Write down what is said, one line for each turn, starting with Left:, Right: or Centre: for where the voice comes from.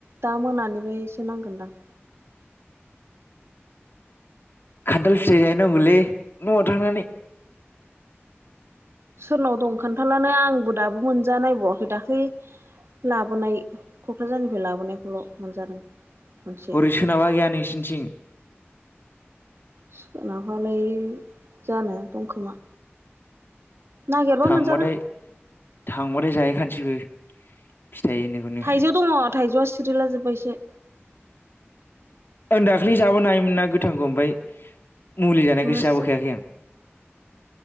Right: दा मोनानिफायसो नांगोनदां।
Left: खान्थाल फिथाइ जायहैनांगौलै न'आव थांनानै।
Right: सोरनाव दं खान्थालानो आंबो दाबो मोनजानायबावाखै दाख्लै लाबोनाय। क'क्राझारनिफ्राय लाबोनायखौल' मोनजादों मोनसे।
Left: हरै सोनाबा गैया नोंसिनिथिं
Right: सोनाबालाय जानो दंखोमा। नागिरबा
Left: थांबाथाय
Right: मोनजागोन।
Left: थांबाथाय जाहैखानोसैबो फिथाइनोखौनो
Right: थाइजौ दङ थाइजौआ सिरिलाजोबबायसो।
Left: आं दाखालि जाबोनो हायोमोन ना गोथांखौ‌। ओमफ्राय मुलि जानाय
Right: मोनासै
Left: गोसो जाबोखायाखै
Right: जों
Left: आं